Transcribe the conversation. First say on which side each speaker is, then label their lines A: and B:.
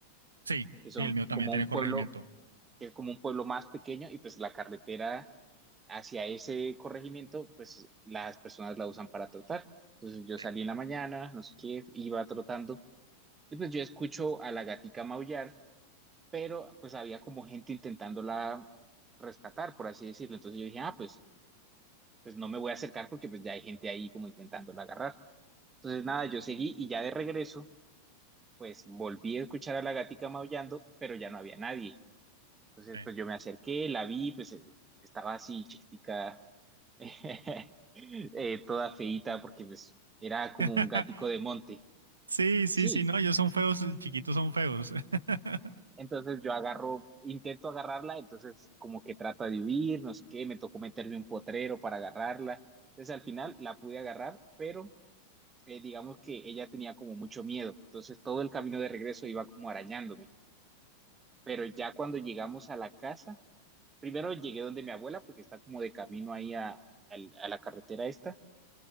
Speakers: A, on the right (about 75°); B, on the right (about 20°).
A: Sí,
B: que
A: sí,
B: son
A: el mío también
B: como
A: tiene
B: un pueblo,
A: corregimiento.
B: que es como un pueblo más pequeño, y pues la carretera hacia ese corregimiento, pues las personas la usan para trotar. Entonces yo
A: Sí,
B: salí en la mañana, no sé qué, iba trotando y pues yo escucho a la gatica maullar, pero pues había como gente intentándola rescatar, por así decirlo. Entonces yo dije, ah, pues, pues no me voy a acercar porque pues ya hay gente ahí como intentándola agarrar. Entonces nada,
A: sí,
B: yo seguí y ya de regreso, pues volví a escuchar a la gatica maullando, pero ya no había nadie. Entonces
A: sí.
B: pues yo me acerqué, la vi, pues eh, estaba así chiquitica <laughs> eh, toda feíta porque pues era como
A: <laughs>
B: un gatico de monte.
A: Sí, sí,
B: Sí,
A: sí, no, ellos son feos, chiquitos son feos. <laughs>
B: entonces yo agarro, intento agarrarla, entonces como que trata de huir, no sé qué, me tocó meterme un potrero para agarrarla. Entonces al final la pude agarrar, pero eh, digamos que ella tenía como mucho miedo, entonces todo el camino de regreso iba como arañándome. Pero ya cuando llegamos a la casa, primero llegué donde mi abuela porque está como de camino ahí a, al- a la carretera esta.